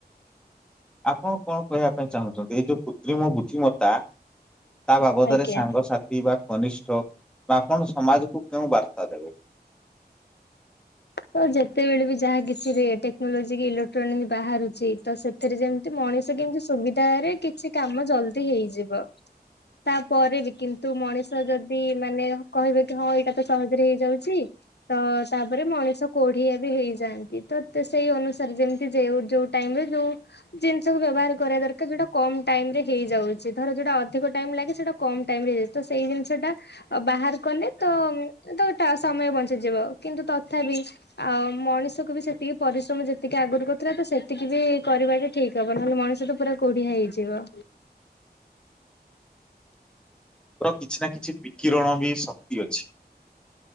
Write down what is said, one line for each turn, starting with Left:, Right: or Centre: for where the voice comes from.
Centre: ଆପଣ କଣ କହିବା ପାଇଁ ଚାହୁଁଛନ୍ତି ଏଇ ଯୋଉ କୃତ୍ରିମ ବୁଦ୍ଧିମତା ତା ବାବଦରେ
Left: ଆଜ୍ଞା
Centre: ସାଙ୍ଗସାଥି ବା କନିଷ୍ଠ ବା ଆପଣ ସମାଜକୁ କେଉଁ ବାର୍ତ୍ତା ଦେବେ?
Left: ତ ଯେତେବେଳେ ବି ଯାହା କିଛି ଟେକ୍ନୋଲୋଜି କି ଇଲେକ୍ଟ୍ରୋନିକ ବାହାରୁଛି ତ ସେଥିରେ ଯେମିତି ମଣିଷ କେମିତି ସୁବିଧାରେ କିଛି କାମ ଜଲଦି ହେଇଯିବ। ତାପରେ ବି କିନ୍ତୁ ମଣିଷ ଯଦି ମାନେ କହିବେ କି ହଁ ଏଇଟା ତ ସହଜରେ ହେଇଯାଉଛି ତ ତାପରେ ମଣିଷ ସେ କୋଢିଆ ବି ହେଇଯାଆନ୍ତି। ତ ତ ସେଇ ଅନୁସାରେ ଯେମିତି ଯେଉ ଯୋଉ ଟାଇମରେ ଯୋଉ ଜିନିଷକୁ ବ୍ୟବହାର କରିବା ଦରକାର, ଯୋଉଟା କମ ଟାଇମ ରେ ହେଇଯାଉଛି। ଧର ଯୋଉଟା ଅଧିକ ଟାଇମ ଲାଗେ ସେଟା କମ ଟାଇମ ରେ ହେଇଯାଉଛି। ତ ସେଇ ଜିନିଷ ଟା ବାହାର କଲେ ତ ତ ସମୟ ବଞ୍ଚିଯିବ। କିନ୍ତୁ ତଥାପି ଆଉ ମଣିଷକୁ ବି ସେତିକି ପରିଶ୍ରମ ଯେତିକି ଆଗରୁ କରଥିଲା ତ ସେତିକି ବି କରିବା ଟା ଠିକ ହବ ନହେଲେ ମଣିଷ ତ ପୁରା କୋଢିଆ ହେଇଯିବ।
Centre: ତ କିଛି ନା କିଛି ବିକିରଣ ବି ଶକ୍ତି ଅଛି।